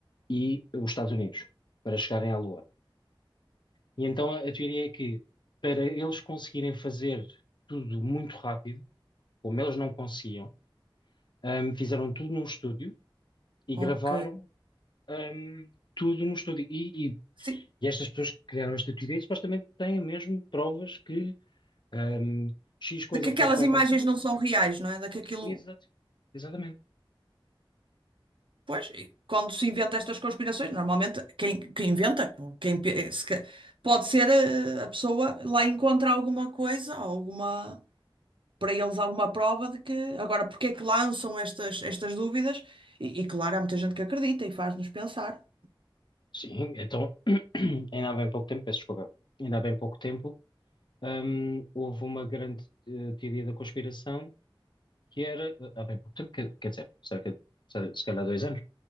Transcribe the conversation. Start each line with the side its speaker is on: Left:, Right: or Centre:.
Left: e os Estados Unidos, para chegarem à Lua. E então a, a teoria é que, para eles conseguirem fazer tudo muito rápido, como eles não conseguiam, um, fizeram tudo num estúdio e
Right: Ok.
Left: gravaram hum, tudo no estúdio. E, e-
Right: Sim.
Left: e estas pessoas que criaram esta teoria supostamente têm mesmo provas que hum, X coisa
Right: De que aquelas
Left: foi feita
Right: imagens
Left: assim.
Right: não são reais, não é? De que aquilo.
Left: Exato. Exatamente.
Right: Pois, e quando se inventa estas conspirações, normalmente quem, quem inventa, quem, pe- se ca- pode ser eh, a pessoa lá encontra alguma coisa, alguma, para eles alguma prova de que. Agora, porque é que lançam estas, estas dúvidas? E, e claro, há muita gente que acredita e faz-nos pensar.
Left: Sim, então, <clears throat> ainda há bem pouco tempo, peço desculpa, ainda há bem pouco tempo, hum, houve uma grande eh, teoria da conspiração que era, eh, há bem pouco tempo, quer, quer dizer, cerca de, se se calhar dois anos,